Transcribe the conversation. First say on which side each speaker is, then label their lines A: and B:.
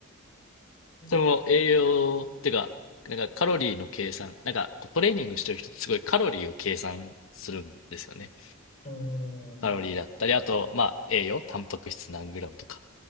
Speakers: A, on the left; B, on the left.
A: <laughs> 何食べる
B: その栄養っていうか、なんかカロリーの計算、なんかこうトレーニングしてる人ってすごいカロリーを計算するんですよね。
A: ああー、
B: カロリーだったり、あと、まあ栄養、タンパク質何グラムとか